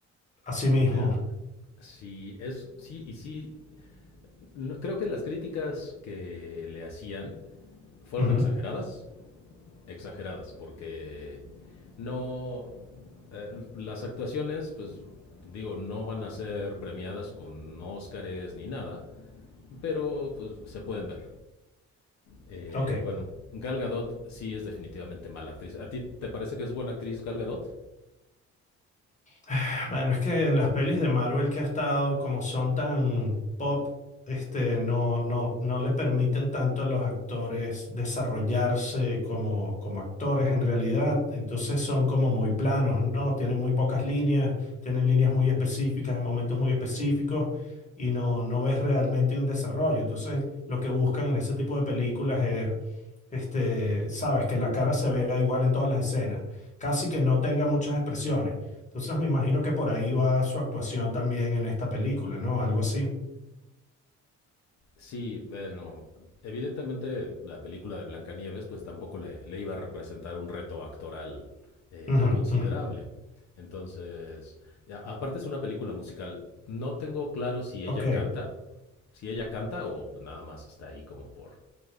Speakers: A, on the left (about 25°); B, on the left (about 65°).
A: Así mismo.
B: Me a- Sí, es, sí, y sí, no- creo que las críticas que le hacían fueron
A: Ujú,
B: exageradas, exageradas, porque no, eh, las actuaciones, pues digo, no van a ser premiadas con Óscares ni nada, pero pues se pueden ver. Eh,
A: Ok.
B: bueno, Gal Gadot sí es definitivamente mala actriz. ¿A ti te parece que es buena actriz Gal Gadot?
A: <sighs> Bueno, es que en las pelis de Marvel que ha estado, como son tan pop, este, no, no, no le permiten tanto a los actores desarrollarse como, como actores en realidad. Entonces son como muy planos, ¿no? Tienen muy pocas líneas, tienen líneas muy específicas en momentos muy específicos y no, no ves realmente un desarrollo. Entonces lo que buscan en ese tipo de películas este, sabes, que la cara se vea igual en todas las escenas, casi que no tenga muchas expresiones. Entonces me imagino que por ahí va su actuación también en esta película, ¿no? Algo así.
B: Sí, bueno, evidentemente la película de Blancanieves pues tampoco le, le iba a representar un reto actoral eh,
A: Ujú,
B: considerable.
A: ujú.
B: Entonces, a- aparte es una película musical. No tengo claro si ella
A: Ok.
B: canta, si ella canta o pues, nada más está ahí como por